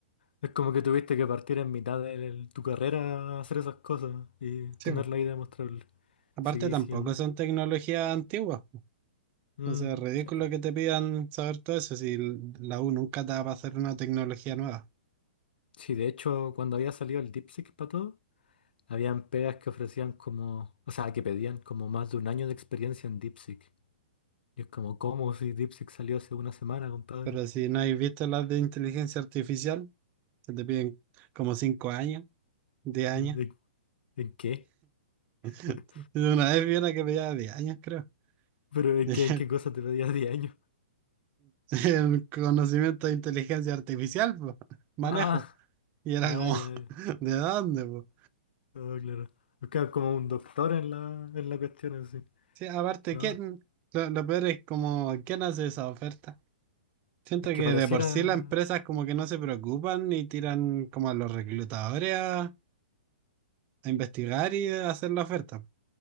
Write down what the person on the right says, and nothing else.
sí.
Aparte
tampoco
son tecnologías antiguas.
Entonces es ridículo
que te pidan saber todo eso si l- la U nunca te va a pasar una tecnología nueva.
Pero si no habéis visto las de inteligencia artificial, que te piden como 5 años, diez años.
<laughs>
Una vez vi una que pedía 10 años, creo. <laughs>
Dije,
El conocimiento de inteligencia artificial, po, <laughs> manejo.
Y era
como,
<laughs> ¿de dónde, po?
Sí, aparte,
¿quién? Lo, lo peor es como, ¿quién hace esa oferta? Siento
que
de por sí las empresas como que no se preocupan y tiran como a los reclutadores a, a investigar y a hacer la oferta.